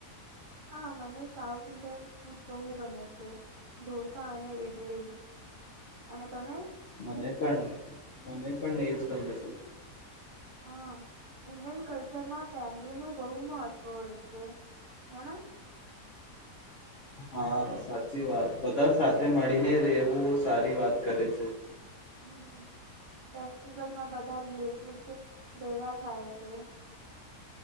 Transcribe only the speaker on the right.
હા મને સાઉથ ન્ડિયાન ફૂટ બહવુ ગમે છે ઢોસા અને ઇડલી અને તમે
હમ ઇન્ડિયન કલ્ માં ફેમલી નું બહુ મહત્વ હોય છે હેના
હમ ફેસ્ટિવલમાં બધા રિલેટિવ્સ ભેગા થાય છે